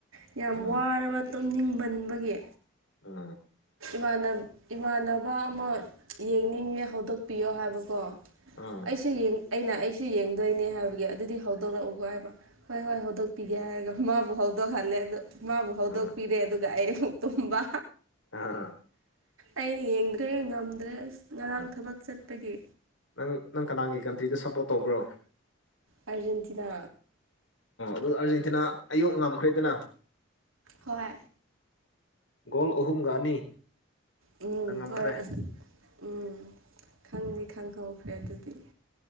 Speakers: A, on the right; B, on the left.
A: ꯌꯥꯝ
B: ꯎꯝ
A: ꯋꯥꯔꯕ ꯇꯨꯝꯅꯤꯡꯃꯟꯕꯒꯤ
B: ꯎꯝ
A: ꯥꯟ ꯏꯃꯥꯟꯅꯕ ꯑꯃ ꯌꯦꯡꯅꯤꯡꯉꯦ ꯍꯧꯗꯣꯛꯄꯤꯌꯣ ꯍꯥꯏꯕꯀꯣ
B: ꯎꯝ
A: ꯑꯩꯁꯨ ꯑꯩꯅ ꯑꯩ ꯁꯤꯨ ꯌꯦꯡꯗꯣꯏꯅꯦ ꯍꯥꯏꯕꯒꯤ ꯑꯗꯨꯗꯤ ꯍꯧꯗꯣꯛꯂꯛꯎꯒ ꯍꯥꯏꯕ ꯍꯣꯏ ꯍꯣꯏ ꯍꯧꯗꯣꯛꯄꯤꯒꯦ ꯍꯥꯏꯔꯒ ꯃꯥꯕꯨ ꯍꯧꯗꯣꯛꯍꯜꯂꯦ ꯑꯗꯣ ꯃꯥꯕꯨ ꯍꯧꯗꯣꯛꯄꯤꯔꯦ
B: ꯎꯝ
A: ꯑꯗꯨꯒ ꯑꯩꯨꯛ ꯇꯨꯝꯕ
B: ꯑꯥ
A: ꯑꯩꯅ ꯌꯦꯡꯗ꯭ꯔꯦ ꯉꯝꯗ꯭ꯔꯦꯁ ꯉꯔꯥꯡ
B: ꯎꯝ
A: ꯊꯕꯛ ꯆꯠꯄꯒꯤ
B: ꯅꯪ ꯅꯪ ꯀꯅꯥꯒꯤ ꯀꯟꯇ꯭ꯔꯤꯗ ꯁꯞꯄꯣꯔꯠ ꯇꯧꯕ꯭ꯔꯣ
A: ꯑꯔꯖꯦꯟꯇꯤꯅꯥ
B: ꯑꯗꯨꯒ ꯑꯥꯔꯖꯦꯟꯇꯤꯅꯥ ꯑꯌꯣꯛ ꯉꯝꯈ꯭ꯔꯦꯗꯅ
A: ꯍꯣꯏ
B: ꯒꯣꯜ ꯑꯍꯨꯝꯒ ꯑꯅꯤ
A: ꯎꯝ
B: ꯅꯪ ꯉꯝꯈ꯭ꯔꯦ
A: ꯍꯣꯏ ꯑꯗꯨ ꯎꯝ ꯈꯪꯗꯤ ꯈꯪꯍꯧꯈ꯭ꯔꯦ ꯑꯗꯨꯗꯤ